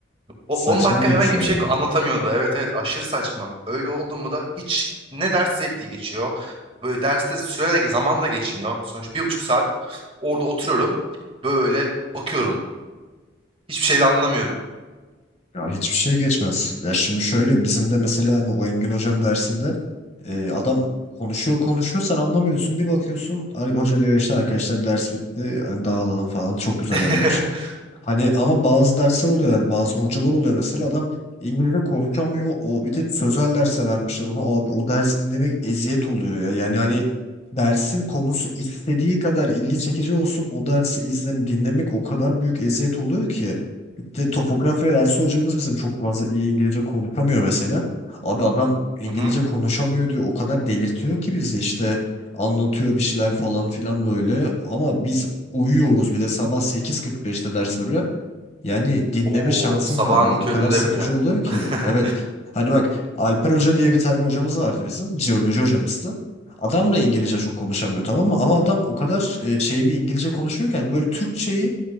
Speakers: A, on the right; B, on the left.
A: O
B: Saçma
A: 10 dakika
B: olmuş
A: herhangi
B: o
A: bir
B: ya.
A: şey anlatamıyordu. Evet evet aşırı saçma. Öyle oldu mu da hiç ne ders zevkli geçiyor. Böyle derste süre de zaman da geçmiyor. Sonuç bir buçuk saat orada oturuyorum. Böyle bakıyorum. Hiçbir şey de anlamıyorum.
B: Ya hiçbir şey geçmez. Ya şimdi şöyle bizim de mesela hani o Engin Hoca'nın dersinde e, adam konuşuyor konuşuyor sen anlamıyorsun. Bir bakıyorsun ar- hoca diyor işte arkadaşlar ders bitti hani dağılalım falan çok güzel
A: <laughs>
B: ayarlamışım. Hani ama bazı dersler oluyor yani bazı hocalar oluyor mesela adam İngilizce konuşamıyor. O bir de sözel derse vermişler ona. Abi o dersi dinlemek eziyet oluyor ya. Yani hani dersin konusu istediği kadar ilgi çekici olsun o dersi izlem dinlemek o kadar büyük eziyet oluyor ki de topografya dersi hocamız bizim çok fazla iyi İngilizce konuşamıyor mesela. Abi adam İngilizce
A: Hı hı.
B: konuşamıyor diyor. O kadar delirtiyor ki bizi işte anlatıyor bir şeyler falan filan böyle. Ama biz uyuyoruz bir de sabah 8.45'te ders böyle. Yani dinleme
A: Oo,
B: şansın
A: sabahın
B: kalmıyor.
A: köründe
B: O kadar sıkıcı
A: bir de.
B: oluyor ki.
A: <laughs>
B: Evet. Hani bak Alper Hoca diye bir tane hocamız vardı bizim. Jeoloji hocamızdı. Adam da İngilizce çok konuşamıyor tamam mı? Ama adam o kadar e, şey bir İngilizce konuşuyor ki hani böyle Türkçeyi